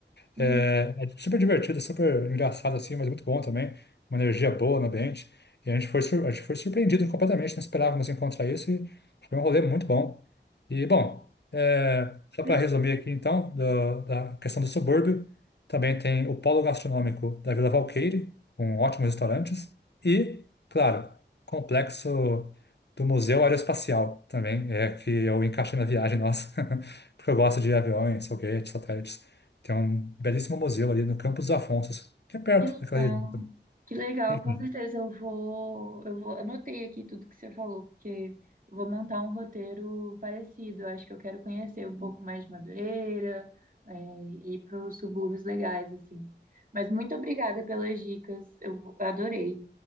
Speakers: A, on the right; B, on the left.
A: Hum,
B: É, é super divertido, super engraçado assim, mas muito bom também. Uma energia boa no ambiente. E a gente foi, sur- a gente foi surpreendido completamente, não esperávamos encontrar isso e foi um rolê muito bom. E, bom, é, só
A: divertido.
B: para resumir aqui então, do- da questão do subúrbio, também tem o polo gastronômico da Vila Valqueire, com ótimos restaurantes. E, claro, complexo do Museu Aeroespacial também, é que eu encaixei na viagem nossa, <laughs> porque eu gosto de aviões, foguetes, satélites. Tem um belíssimo museu ali no Campos dos Afonsos, que é perto
A: Que legal.
B: daquela região também.
A: Que legal,
B: Enfim,
A: com certeza eu vou, eu vou, anotei aqui tudo que você falou, porque eu vou montar um roteiro parecido. Eu Acho que eu quero conhecer um pouco mais de Madureira, é, e ir para os subúrbios legais, assim. Mas muito obrigada pelas dicas, eu vou- eu adorei.